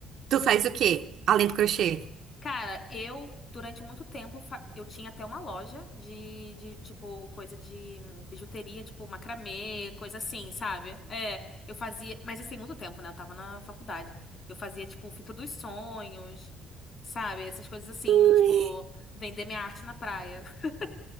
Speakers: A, on the right; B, on the left.
A: Tu faz o quê? Além do crochê?
B: Cara, eu, durante muito tempo, fa- eu tinha até uma loja de, de, tipo, coisa de hum, bijuteria, tipo, macramê, coisa assim, sabe? É, eu fazia, mas isso tem muito tempo, né? Eu tava na faculdade. Eu fazia, tipo, fita dos sonhos, sabe? Essas coisas assim,
A: Ai,
B: tipo, vender minha arte na praia. <laughs>